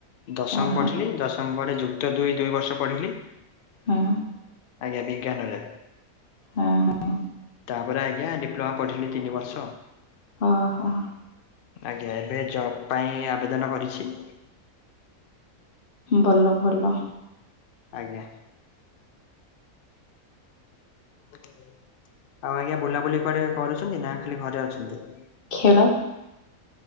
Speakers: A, on the left; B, on the left.
A: ଦଶମ
B: ଅ ହଁ
A: ପଢିଲି ଦଶମ ପରେ ଯୁ କ୍ତ ଦୁଇ, ଦୁଇ ବର୍ଷ ପଢିଲି।
B: ହଁ।
A: ଆଜ୍ଞା ବିଜ୍ଞାନରେ।
B: ହଁ, ହଁ।
A: ତାପରେ ଆଜ୍ଞା ଡିପ୍ଲୋମା ପଢ଼ିଲି ତିନି ବର୍ଷ।
B: ଓହୋ।
A: ଆଜ୍ଞା, ଏବେ ଜବ୍ ପାଇଁ ଆବେଦନ କରିଛି।
B: ଭଲ, ଭଲ।
A: ଆଜ୍ଞା। ଆଉ ଆଜ୍ଞା, ବୁଲାବୁଲି କୁଆଡେ କରୁଛନ୍ତି? ନା ଖାଲି ଘରେ ଅଛନ୍ତି?
B: ଖେଳ।